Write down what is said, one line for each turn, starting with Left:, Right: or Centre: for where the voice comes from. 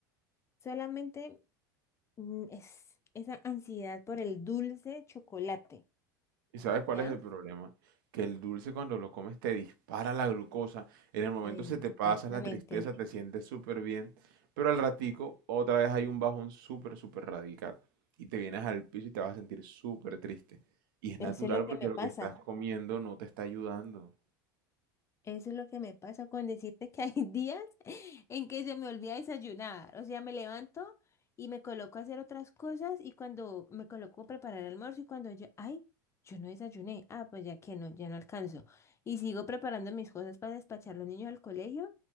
Left: solamente mm, es esa ansiedad por el dulce chocolate.
Right: ¿Y sabes cuál
Left: ¿Ya?
Right: es el problema? Que el dulce cuando lo comes te dispara la glucosa, en el momento
Left: Exactamente.
Right: se te pasa la tristeza, te sientes súper bien, pero al ratico otra vez hay un bajón súper, súper radical y te vienes al piso y te vas a sentir súper triste. Y es
Left: Eso
Right: natural
Left: es lo que
Right: porque
Left: me
Right: lo
Left: pasa.
Right: que estás comiendo no te está ayudando.
Left: Eso es lo que me pasa con decirte que hay <laughs> días. en que se me olvida desayunar. O sea, me levanto y me coloco a hacer otras cosas y cuando me coloco a preparar el almuerzo y cuando yo, ay, yo no desayuné, ah, pues ya que no, ya no alcanzo. Y sigo preparando mis cosas para despachar a los niños al colegio